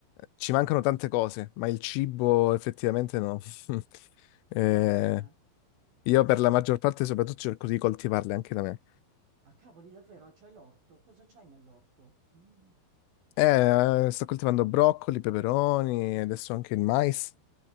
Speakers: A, on the left; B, on the right.
A: ci mancano tante cose, ma il cibo effettivamente no. <laughs> Eh,
B: Guarda, eh.
A: io
B: sai
A: per la maggior parte soprattutto cerco di coltivarle anche da me.
B: Ah, cavoli, davvero, c'è l'orto? Cosa c'hai nell'orto? Mm,
A: Eh, sto coltivando broccoli, peperoni, adesso anche il mais.